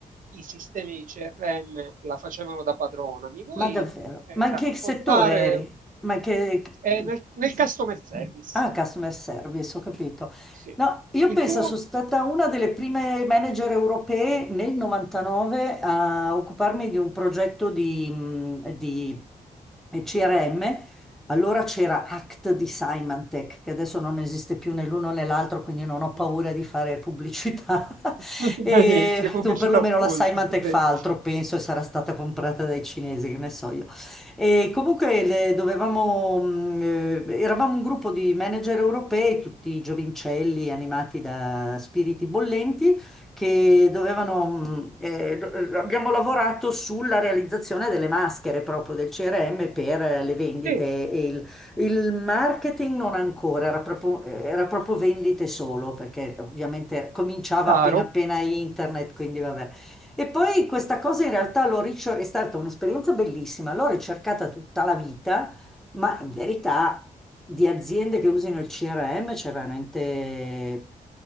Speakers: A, on the right (about 65°); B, in the centre.
A: i sistemi di CRM la facevano da padrona. Mi vuoi
B: Ma davvero?
A: eh,
B: Ma in
A: raccontare
B: che settore eri? Ma in che...
A: eh, nel, nel
B: che se-
A: customer service?
B: Ah, customer service, ho capito.
A: Sì.
B: No, io
A: Il
B: penso
A: tuo?
B: sono stata una delle prime manager europee nel 99 a occuparmi di un progetto di, mh, di CRM Allora c'era Act di Symantec, che adesso non esiste più né l'uno né l'altro, quindi non ho paura
A: Mm.
B: di fare pubblicità. <laughs>
A: <laughs>
B: E,
A: Benissimo, pubblicità
B: o perlomeno
A: occulta.
B: la Symantec
A: Sì,
B: fa altro, penso, e sarà stata comprata dai cinesi, che ne so io. E comunque le- dovevamo, mh, eh, eravamo un gruppo di manager europei, tutti giovincelli animati da spiriti bollenti che dovevano, mh, eh, do- eh, abbiamo lavorato sulla realizzazione delle maschere proprio del CRM per eh, le vendite
A: Sì,
B: e il, il marketing non ancora, era proprio, eh, era proprio vendite solo, perché ovviamente cominciava
A: chiaro.
B: appena appena internet, quindi vabbè. E poi questa cosa in realtà l'ho ricer- è stata un'esperienza bellissima, l'ho ricercata tutta la vita, ma in verità di aziende che usano il CRM c'è veramente,